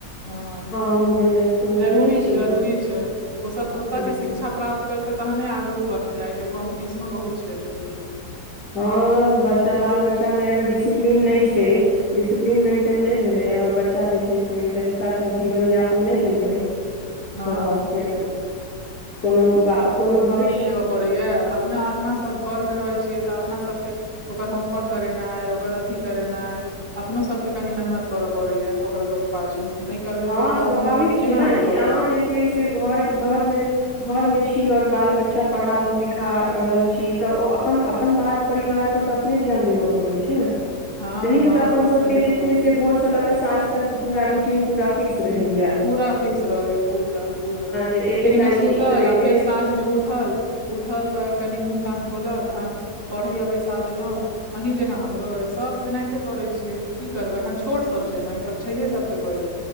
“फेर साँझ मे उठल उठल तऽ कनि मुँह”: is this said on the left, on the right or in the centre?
Right